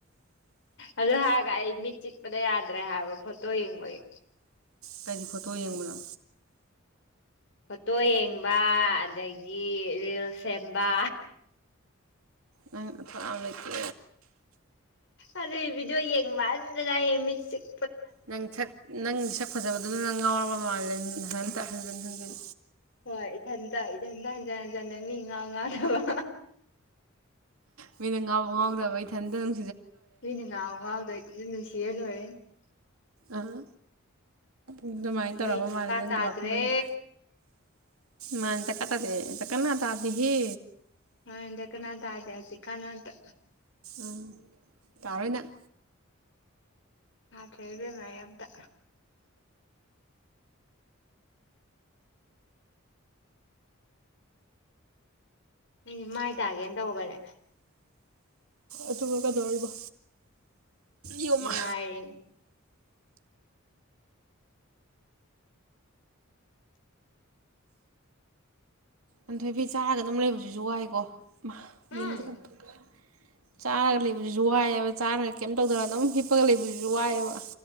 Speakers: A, on the left (about 55°); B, on the right (about 80°).
A: ꯑꯗꯨ ꯍꯥꯏꯔꯒ ꯑꯩ ꯃꯤꯠ ꯆꯤꯛꯄꯗ ꯌꯥꯗ꯭ꯔꯦ ꯍꯥꯏꯕ ꯐꯣꯇꯣ ꯌꯦꯡꯕꯒꯤ
B: ꯀꯔꯤ ꯐꯣꯇꯣ ꯌꯦꯡꯕꯅꯣ
A: ꯐꯣꯇꯣ ꯌꯦꯡꯕ ꯑꯗꯒꯤ ꯔꯤꯜ ꯁꯦꯝꯕ
B: ꯅꯪ ꯅꯊꯧ ꯌꯝ ꯂꯩꯇꯦ
A: ꯑꯗꯩ ꯚꯗꯤꯑꯣ ꯌꯦꯡ ꯃꯥꯟꯗꯅ ꯑꯩ ꯁꯤꯛ
B: ꯅꯪ ꯁꯛ ꯅꯪꯒꯤ ꯁꯛ ꯐꯖꯕꯗꯨꯗꯨ ꯅꯪ ꯉꯥꯎꯔꯕ ꯃꯥꯜꯂꯦ ꯅꯊꯟꯇ ꯍꯟꯖꯤꯟ ꯍꯟꯖꯤꯟ
A: ꯍꯣꯏ ꯏꯊꯟꯇ ꯏꯊꯟꯇ ꯍꯟꯖꯤꯟ ꯍꯟꯖꯟꯟꯅ ꯃꯤ ꯉꯥꯎ ꯉꯥꯎꯗꯕ
B: ꯃꯤꯅ ꯉꯥꯎꯕ ꯉꯥꯎꯗꯕ ꯏꯊꯟꯇ ꯑꯗꯨꯝ
A: ꯃꯅꯤ ꯉꯥꯎ ꯉꯥꯎꯗꯕ <unintelligible> <unintelligible>
B: ꯑꯥ ꯑꯗꯨꯃꯥꯏꯅ ꯇꯧꯔꯕ
A: ꯃꯤ ꯗꯔꯀꯥ
B: ꯃꯥꯜꯂꯦ ꯅꯪꯒꯤ
A: ꯇꯥꯗ꯭ꯔꯦ
B: ꯋꯥꯈꯜꯂꯣꯟꯗ ꯃꯥꯅꯦ ꯗꯀꯥꯔ ꯇꯗꯦ ꯗꯀꯅꯥ ꯇꯗꯦꯍꯦ
A: ꯃꯅꯦ ꯗꯀꯅꯥ ꯇꯥꯗꯦ ꯍꯨꯖꯤꯛꯀꯟ ꯑꯝꯇ
B: ꯎꯝ ꯇꯥꯔꯣꯏ ꯅꯪ
A: ꯇꯗ꯭ꯔꯦ ꯑꯩ ꯏꯕꯦꯝꯃ ꯑꯝꯇ ꯑꯩꯁꯦ ꯃꯥꯏ ꯇꯥꯒꯦꯅ ꯇꯧꯕꯅꯦ
B: ꯑꯗꯨꯒ ꯀꯩꯗꯧꯔꯤꯕ ꯌꯣꯃꯥ
A: ꯉꯥꯏꯔꯤꯅꯦ
B: ꯑꯊꯣꯏꯕꯤ ꯆꯥꯔꯒ ꯑꯗꯨꯝ ꯂꯩꯕꯁꯤꯁꯨ ꯋꯥꯏꯀꯣ ꯃꯥ ꯃꯤꯡꯖꯨ
A: ꯎꯝ
B: ꯄꯟꯊꯣꯛꯈ꯭ꯔꯦ ꯆꯥꯔꯒ ꯂꯩꯕꯗꯨꯁꯨ ꯋꯥꯏꯑꯦꯕ ꯆꯥꯔꯒ ꯀꯩꯝ ꯇꯧꯗꯅ ꯑꯗꯨꯝ ꯍꯤꯞꯄꯒ ꯂꯩꯕꯗꯨꯁꯨ ꯋꯥꯏꯑꯦꯕ